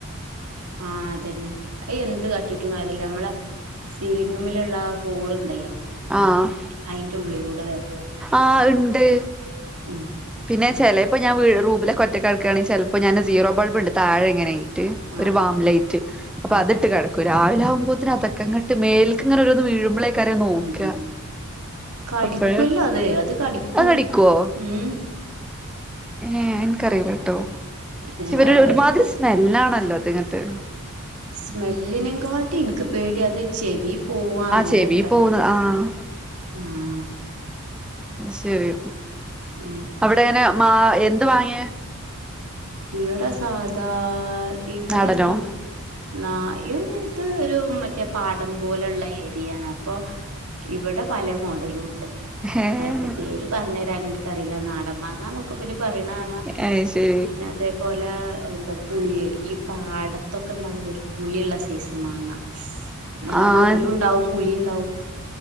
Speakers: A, on the right; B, in the centre.
A: ആഹ് അതന്നെ അയ് എന്ത് കാട്ടിട്ടും കാര്യല്ല നമ്മളസീലങ്ങമ്മില് ള്ള ഹോള് ണ്ടല്ലോ
B: ആഹ്
A: അയ്ന്റ ഉള്ളിലൂടെ വെര്
B: ആഹ് ഇണ്ട്.
A: ഉം
B: പിന്നെ ചെലേപ്പ ഞാ വ്ഴ് റൂബിലൊക്കൊറ്റക്കടക്കാണെ ചെൽപ്പോ ഞാന് സീറോ ബൾബ്ണ്ട് താഴെ ങ്ങനെയ് റ്റ്
A: ആഹ്
B: ഒര് വാംലൈറ്റ്
A: ആഹ്
B: അപ്പ
A: ആഹ്
B: അത്ട്ട് കെടക്കു രാവ് ലാ വ്മ്പോത്തെന് അതക്കങ്ങട്ട് മേൽക്ക്ങ്ങനൊരൊന്ന് വീഴ്‌മ്പ്ളെ ക്കരം നോക്ക
A: ഉം ഉം കടിക്കുവല്ലോ
B: അപ്പഴ്
A: അത് അത് കടിക്കും
B: അത് കടിക്കുവോ
A: ഉം ഹ്
B: ഏഹ് എൻക്കറിലട്ടോ പക്ഷെ
A: ഏ,
B: വര്
A: അത് കടിക്കും
B: ഒരുമാതിരി സ്മെല്ലാണല്ലോ അത്ങ്ങട്ട്
A: സ്മെല്ലിനേ കാട്ടി ഇൻക്ക് പേടിയത് ചെവി പോവ്വ ആഹ് അങ്ങനക്കെ
B: ചെവി പോവുന്ന ആഹ്
A: ആഹ്
B: ശരി
A: ഉം
B: അവടെങ്ങ്നെ മാ എന്ത് മാങ്ങയെ
A: ഇവ്ട സാധാ ഇവട
B: നാടനോ
A: ഞങ്ങ് ന്നായ് ഇത് രു മറ്റേ പാടം പോലെള്ള ഈ എരിയാണ് അപ്പൊ ഇവട പല മോഡലൂണ്ട്.
B: ഏഹ്
A: അയ്പ്പ പേര് പറഞ്ഞെരാൻ എനിക്കറില നാടം മാങ്ങന്നൊക്ക ഇബല് പറേണ കാണാ
B: അയ് ശെരി
A: അതേപോല എന്താ പുളിയ് ഈ പാട ത്തൊക്ക ഇണ്ടാവുലെ ഒര് പുളിയൊള്ള സൈസ് മാങ്ങ നല്ല
B: ആഹ്
A: മധ് രുണ്ടാവും പുളിണ്ടാവും